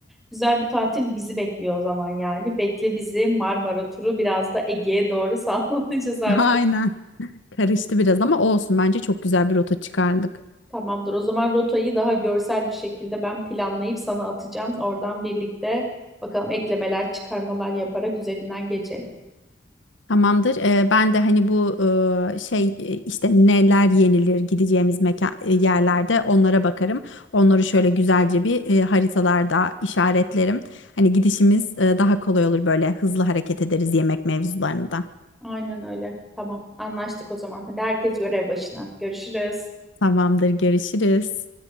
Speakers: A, in the centre; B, on the left (about 70°).
A: güzel bir tatil bizi bekliyor o zaman yani. Bekle bizi Marmara turu biraz da Ege'ye doğru <laughs> sallanacağız artık.
B: <laughs> Aynen. Karıştı biraz ama olsun. Bence çok güzel bir rota çıkardık.
A: Tamamdır. O zaman rotayı daha görsel bir şekilde ben planlayıp sana atacağım. Oradan birlikte bakalım eklemeler, çıkarmalar yaparak üzerinden geçelim.
B: Tamamdır. Ee, ben de hani bu e, şey e, işte neler yenilir gideceğimiz mekan e, yerlerde onlara bakarım. Onları şöyle güzelce bir e, haritalarda işaretlerim. Hani gidişimiz e, daha kolay olur böyle hızlı hareket ederiz yemek mevzularında.
A: Aynen öyle. Tamam. Anlaştık o zaman. Hadi herkes görev başına. Görüşürüz.
B: Tamamdır. Görüşürüz.